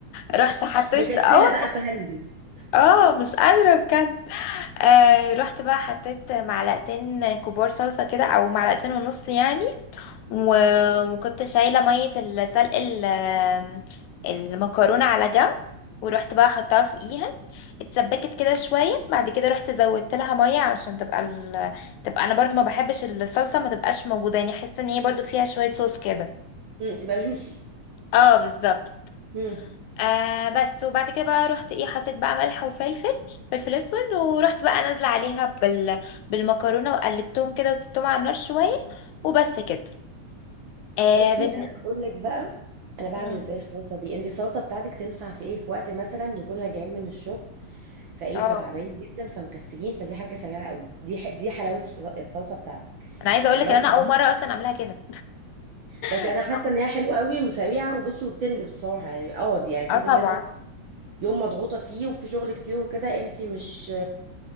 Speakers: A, on the left; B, on the right.
A: رحت حطيت
B: مكسله
A: اه
B: بقى فهنجز
A: اه مش قادره بجد آه رحت بقى حطيت معلقتين كبار صلصه كده او معلقتين ونص يعني و- وكنت شايلة مية السلق ال- المكرونة على جنب ورحت بقى حطها فوقيها اتسبكت كده شوية بعد كده رحت زودت لها مية عشان تبقى ال... تبقى انا برضو ما بحبش الصلصة ما تبقاش موجودة يعني احس ان هي برضو فيها شوية صوص كده
B: امم تبقى جوسي
A: اه بالظبط
B: امم
A: آه بس وبعد كده بقى رحت ايه حطيت بقى ملح وفلفل فلفل اسود ورحت بقى نازلة عليها بال... بالمكرونة وقلبتهم كده وسبتهم على النار شوية وبس كده آه
B: بصي
A: بن...
B: انا بقول لك بقى انا بعمل
A: مم.
B: ازاي الصلصه دي انت الصلصه بتاعتك تنفع في ايه في وقت مثلا نكون راجعين من الشغل فايه
A: اه
B: فتعبانين جدا فمكسلين فدي حاجه سريعه قوي دي ح- دي حلاوه الص- الصلصه بتاعتك
A: انا عايزه اقول
B: تمام
A: لك ان انا اول مره اصلا اعملها كده
B: بس
A: <laughs>
B: انا حاسه ان هي حلوه قوي وسريعه وبص وبتنجز بصراحه يعني اه دي يعني دي
A: اه طبعا
B: بالنسبه يوم مضغوطة فيه وفي شغل كتير وكده انتي مش